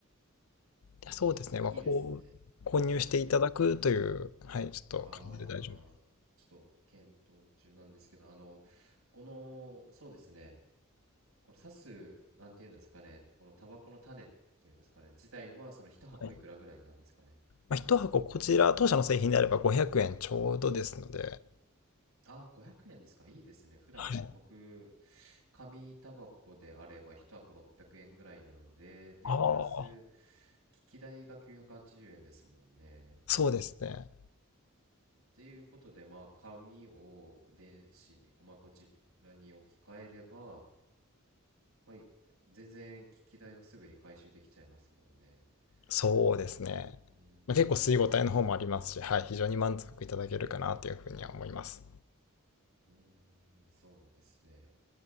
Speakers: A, on the left; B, on the right.
A: いやそうですね、
B: いや、
A: まあ、
B: いいですね。
A: こう、購入していただくという、
B: いや、
A: はい、ちょっと感じで大丈夫。
B: あー、ちょっと検討中なんですけど、あの、この、そうですね、この刺す、なんていうんですかね、このタバコの種っていうんですかね、自体は、その一箱いくらぐらいなんですかね。
A: はい。まあ、箱ここちら、当社の製品であれば500円ちょうどですので、
B: あー、500円ですか。いいですね。普段、
A: はい。
B: 僕、紙タバコであれば、一箱600円ぐらいなので、で、
A: ああ、
B: プラス、機器代が980円ですもんね。
A: そうですね。
B: まあ、っていうことで、まあ、紙を電子に、まあ、こちらに置き換えれば、まあ、い全然機器代はすぐに回収できちゃいますもんね。
A: そうですね。
B: うーん、
A: まあ、結構吸い応えの方もありますし、はい、非常に満足いただけるかなというふうには思います。
B: うーん、そうですね。